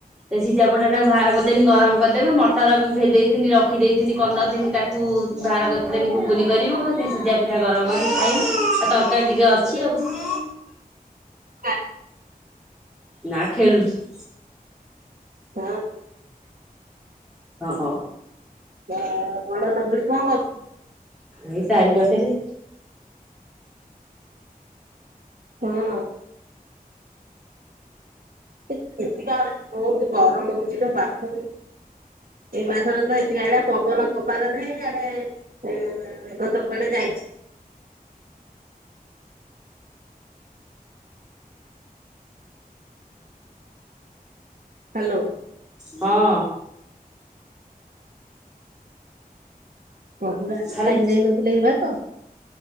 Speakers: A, in the centre; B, on the right (about 60°).
A: ସେଇ ସିଜା ପିଠାଟାକୁ ଭାର କରିଦେନି ଗରମ କରିଦେବି ମଟର ବି ଭେଦେଇିନି ରଖିଦେଇଥିନି କରିନଥିନି ତାକୁ ବାହାର କର୍ ଦେନ ଘୁଗୁନି କରିବୁ କି ସିଜା ପିଠା ଗରମ କରି ଖାଇମି ଆଉ ତରକାରୀ ଟିକେ ଅଛି ଆଉ।
B: ହ
A: ନା ଖେଳୁଚି।
B: ହଁ।
A: ହଁ।
B: ବଡ ବଡ ନାତୁଣି କଁ କରୁ
A: ଏଇ ତାରି ପାଖରେ।
B: ହଁ। କିନ୍ତ ଏତିକ ଆ ବହୁତ ଗରମ ହଉଛି ତ ବାଥରୁମ ଏଇ ମାସରେ ତ ଏଥି ଆଡେ ପବନ ଦବାର ନାହିଁ। ୟାଡେ ମେଘ ତ କୁଆଡେ ଯାଇଛି।
A: <inaudible>
B: ହ୍ୟାଲୋ।
A: ହଁ।
B: କଦୁର ଆସିକି
A: ଖାଲି
B: ଖାଇକି ଯାଇ ନଥିଲେ କି ଭାତ।